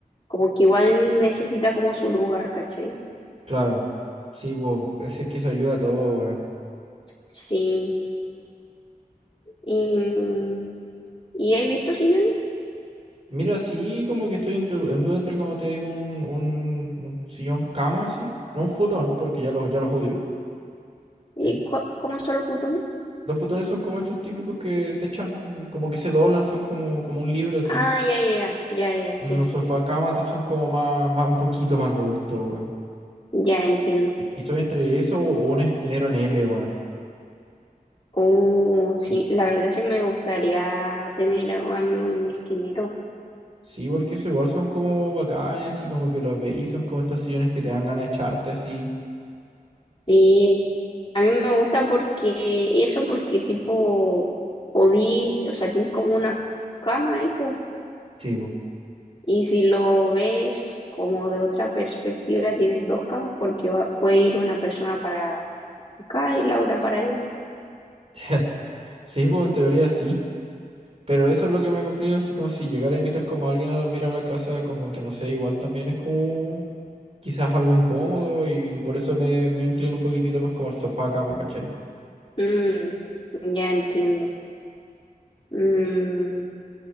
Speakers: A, on the left; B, on the right.
A: como que igual necesita como su lugar, ¿cachai?
B: Claro, sí, pues ese es que eso ayuda a todo, weón.
A: Sí, y, mm, y he visto sillones.
B: Mira, sí, como que estoy en, du- en duda entre, como te digo, un, un, un sillón cama, así, no un futón, porque ya los, ya los odio.
A: ¿Y
B: Eh,
A: cu- cómo son los futones?
B: los futones son como estos típicos que se echan, como que se doblan, son como, como un libro, así.
A: Ah, ya, ya, ya, ya, ya,
B: Los
A: sí,
B: sofá cama son como más, más, un poquito más robustos, weón.
A: ya entiendo.
B: E- Estoy entre eso o un esquinero en L, weón.
A: Oh sí,
B: Y-
A: la verdad sí me gustaría tener a mí un esquinero.
B: Sí, porque eso igual son como bacanes, así como que los veis, son como estos sillones que te dan ganas de echarte así.
A: Sí, a mí me gusta porque, eso porque tipo, podí, o sea, tienes como una cama ahí, po,
B: Sí, pues.
A: y si lo ves como de otra perspectiva, tienes dos camas porque va, puede ir una persona para acá y la otra para allá.
B: <laughs> Sí, pues en teoría sí. Pero eso es lo que me complica, así como si llegara a invitar como a alguien a dormir a la casa, como que no sé, igual también es como quizás algo incómodo y por eso me, me inclino un poquitito más como al sofá cama, ¿cachai?
A: Mm, ya entiendo. Mm,